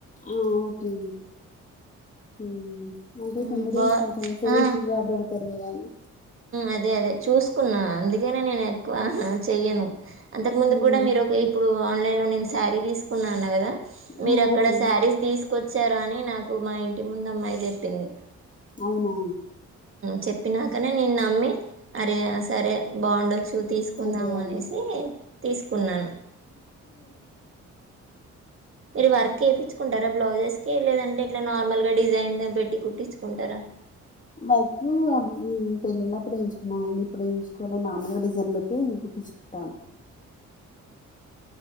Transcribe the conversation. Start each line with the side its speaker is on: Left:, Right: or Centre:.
Left: ఆ ఓకే అండీ అంటే
Right: మ్మ్
Left: కొందరు
Right: బా
Left: కొంచెం ఫేక్వగా
Right: ఆ
Left: పెడతారు కదని
Right: అదే అదే చూసుకున్నా అందుకనే నేను ఎక్కువ చెయ్యను అంతకు ముందు
Left: ఉమ్,
Right: కూడా మీరు ఒక ఇప్పుడు ఆన్లైన్ లో నేను శారీ తీసుకున్నాను మీ
Left: ఆ,
Right: అక్కడీ
Left: ఓకే
Right: మేక్ శారీస్ తీసు కొచ్చారు అని నాకు మా ఇంటి ముందు అమ్మాయి చెప్పింది
Left: అవునా
Right: చెప్పినాకనే నేను నమ్మి అరే సరే బాగుండొచ్చు తీసుకుందాము
Left: అదే
Right: అనేసి
Left: అదే
Right: తీసుకున్నాను
Left: అ
Right: మీరు వర్క్ చేయించుకుంటారా బ్లౌజెస్ క లేదంటే ఇట్లా నార్మల్ గా డిజైన్ పెట్టి కుట్టించుకుంటారా
Left: వైక్ పెళ్ళిళ్ళప్పుడు ఎయించుకున్నానండి ఇప్పుడుేయించుకోవాలి మామూలుగా డిజైన్ పెట్ తో నేను కుట్టించుకుంటాను